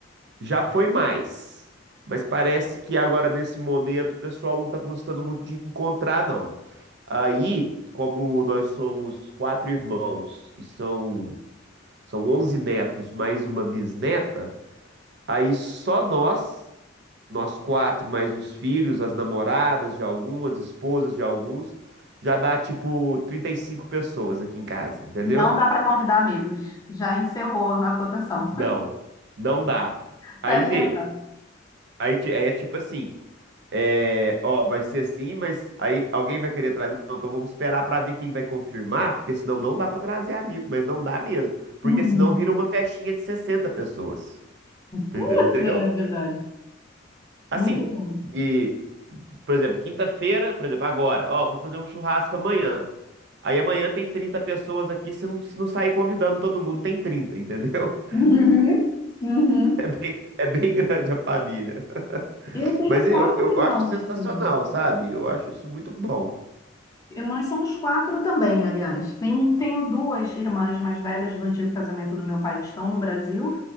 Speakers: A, on the right; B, on the left.
A: Já foi mais. Mas parece que agora, nesse momento, o pessoal não tá gostando muito de encontrar, não. Aí, como nós somos quatro irmãos e são, são 11 netos mais uma bisneta, aí só nós, nós quatro, mais os filhos, as namoradas de algumas, esposas de alguns, já dá tipo 35 pessoas aqui em casa, entendeu?
B: Não dá para convidar amigos. Já encerrou a cotação.
A: Não, não dá.
B: <laughs>
A: Aí
B: Fecha
A: vê.
B: a entrada.
A: Aí, ti- aí é tipo assim, É, ó, vai ser assim, mas aí alguém vai querer trazer. Não, então vamos esperar pra ver quem vai confirmar, porque senão não dá pra trazer amigo, mas não dá mesmo. Porque
B: Uhum.
A: senão vira uma festinha de 60 pessoas. Entendeu?
B: Putz, é verdade.
A: Assim,
B: Muito bom.
A: e, por exemplo, quinta-feira, por exemplo, agora, ó, vou fazer um churrasco amanhã. Aí amanhã tem 30 pessoas aqui, se não, se não sair convidando todo mundo, tem trinta entendeu?
B: Uhum.
A: <laughs>
B: Uhum.
A: É bem, é bem grande a família.
B: Eu tenho
A: Mas
B: quatro
A: eu, eu
B: irmãos
A: acho sensacional,
B: também.
A: sabe? Eu acho isso muito bom.
B: E nós somos quatro também, aliás. Tenho, tenho duas irmãs mais velhas do antigo casamento do meu pai que estão no Brasil